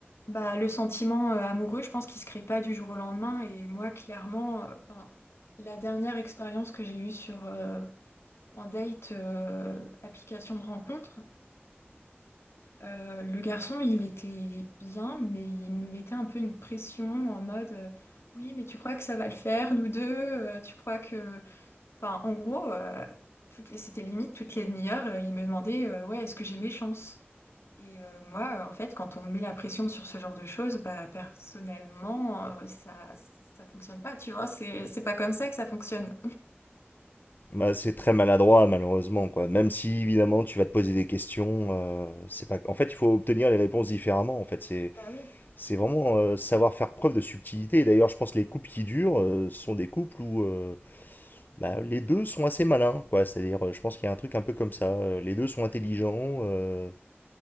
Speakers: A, on the left; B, on the left.
A: bah, le sentiment euh, amoureux, je pense qu'il se crée pas du jour au lendemain. Et moi, clairement, euh, enfin, la dernière expérience que j'ai eue sur euh, en date euh, application de rencontre, Euh, le garçon, il était bien, mais il me mettait un peu une pression en mode euh, oui, mais tu crois que ça va le faire, nous deux? Euh, tu crois que. Enfin, en gros, euh, toutes les- c'était limite toutes les demi-heures, euh, il me demandait euh, ouais, est-ce que j'ai mes chances? Et euh, moi, euh, en fait, quand on me met la pression sur ce genre de choses, bah, personnellement, euh, ça, ça fonctionne pas, tu vois, c'est, c'est pas comme ça que ça fonctionne.
B: Bah, c'est très maladroit, malheureusement, quoi. Même si, évidemment, tu vas te poser des questions, euh, c'est pas... En fait, il faut obtenir les réponses différemment, en fait. C'est
A: Bah oui,
B: C'est vraiment euh, savoir faire preuve de subtilité. Et d'ailleurs, je pense que les couples qui durent euh, sont des couples où euh, bah, les deux sont assez malins, quoi. C'est-à-dire, euh, je pense qu'il y a un truc un peu comme ça. Euh, Les deux sont intelligents, euh,